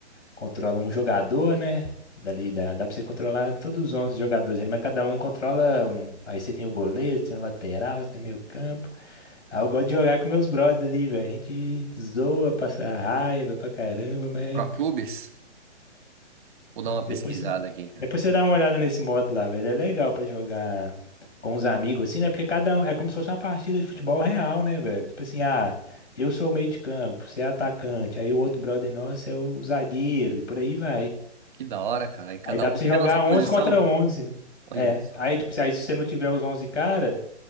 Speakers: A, on the left; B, on the right.
A: controla um jogador, né? Dali dá, dá pra você controlar todos os 11 jogadores ali, mas cada um controla um. Aí você tem o goleiro, você tem o lateral, você tem meio campo. Aí eu gosto de jogar com meus brothers ali, velho. A gente zoa, passa raiva pra caramba, mas
B: Pro Clubes? Vou
A: depois,
B: dar uma pesquisada
A: você-
B: aqui, cara.
A: depois você dá uma olhada nesse modo lá, velho. É legal pra jogar com os amigos, assim, né? Porque cada um é como se fosse uma partida de futebol real, né, velho? Tipo assim, ah, eu sou o meio de campo, você é atacante, aí o outro brother nosso é o zagueiro, e por aí vai.
B: Que da hora, cara. Aí cada
A: Aí dá
B: um
A: pra você
B: fica
A: jogar
B: na sua
A: 11
B: posição.
A: contra 11
B: Olha
A: É.
B: só.
A: Aí, tipo assim, aí se você não tiver os 11 cara,